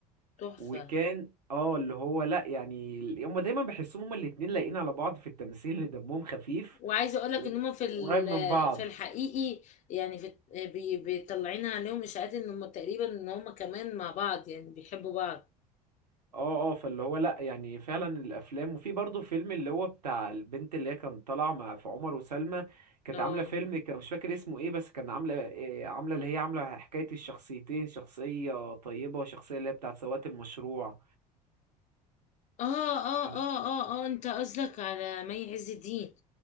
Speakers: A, on the left; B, on the right.
A: تحفة
B: وكان اه اللي هو لا يعني هما دايما بحسهم هما الاتنين لايقين على بعض في التمثيل دمهم خفيف
A: وعايزة اقولك
B: و-
A: ان هم في ال-
B: وقريب من بعض
A: في الحقيقي يعني في بي- بيطلعين عليهم اشاعات ان هم تقريبا ان هم كمان مع بعض يعني بيحبوا بعض
B: اه اه فاللي هو لا يعني فعلا الافلام وفي برضه فيلم اللي هو بتاع البنت اللي هي كان طالعه مع في عمر وسلمى كانت
A: اه
B: عامله فيلم كان مش فاكر اسمه ايه بس كان عامله إيه عامله اللي هي عامله حكايه الشخصيتين شخصيه طيبه وشخصيه اللي هي بتاعت سواقه المشروع
A: اه اه
B: انا
A: اه اه اه انت قصدك على مي عز الدين